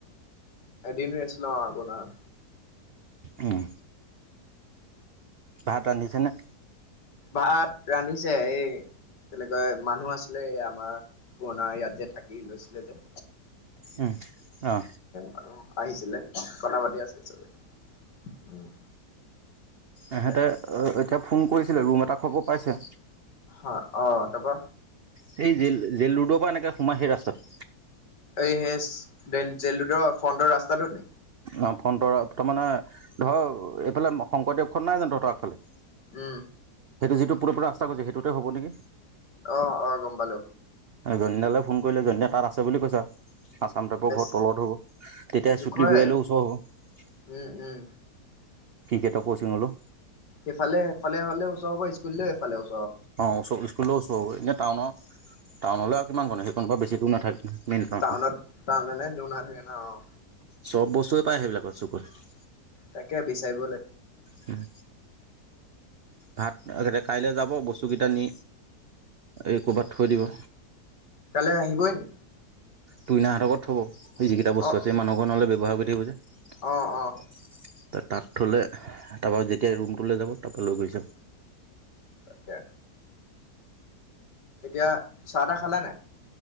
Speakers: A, on the left; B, on the right.
A: এদিন ৰেষ্ট লওঁ আপোনাৰ।
B: হম, ভাত ৰান্ধিছেনে?
A: তাত ৰান্ধিছে এই তেনেকৈ মানুহ আছিলে আমাৰ পুৰণা ইয়াত যে, থাকি লৈছিলে যে।
B: হম, অ'।
A: মানুহ আহিছিলে কথা পাতি আছে চবে উম। তাকে
B: ইহেঁতে এতিয়া ফোন কৰিছিলে ৰুম এটা খবৰ পাইছে।
A: হা অ', তা পা?
B: সেই জেল, জেল ৰোডৰ পৰা এনেকে সোমাই সেই ৰাস্তাত
A: এই সেই জে জেইল ৰোডৰ ফ্ৰণ্টৰ ৰাস্তাটো নি?
B: অ', ফণ্টৰ তাৰমানে ধৰ এইফালে শংকৰদেৱখন নাই জানো তহঁতৰ আগফালে?
A: উম।
B: সেইটো যিটো <unintelligible> ৰাস্তা গৈছে সেইটোতে হ'ব নেকি।
A: অ', অহ, গম পালো।
B: জনী দালৈ ফোন কৰিলে, জনী দায়ে তাত আছে বুলি কৈছা আচাম টাইপৰ
A: বেছ
B: ঘৰ তলত হ'ব, তেতিয়া
A: জোখৰে
B: চুতলি বয়িয়ালৈ ওচৰ হ'ব।
A: উম, উম।
B: ক্ৰিকেটৰ ক'চিং ল'লোঁ।
A: এইফালে সেফালে হ'লে ওচৰ হ'ব, ইস্কুললৈ এইফালে ওচ
B: অ', ওচব ইস্কুললৈও ওচৰ এনে টাউনৰ টাউনলৈ আৰু কিমান ক সেই কোনোবা বেছিটো নাথাকে মেইন টাউন
A: টাউনত <unintelligible> নাথাকে অ'।
B: চব বস্তুৱে পায় সেইবিলাকৰ চকুত
A: তাকে বিচাৰিব লাগি
B: হম। ভাত কাইলৈ যাব বস্তুকেইটা নি এই ক'ৰবাত থৈ দিব।
A: কাইলৈ আহিবই নি
B: টোইনাহঁতৰ থ'ব সেই যিকেইটা বস্তু
A: অ'
B: আছে মানুহ ঘৰ নহ'লে ব্যৱহাৰ কৰি থাকিব যে।
A: অ' অ'
B: তাত থ'লে তাৰপৰা যেতিয়া ৰুমটো লৈ যাব তাৰপৰা লৈ গৈ যাম।
A: তাকে। এতিয়া চাহ তাহ খালা নে নাই?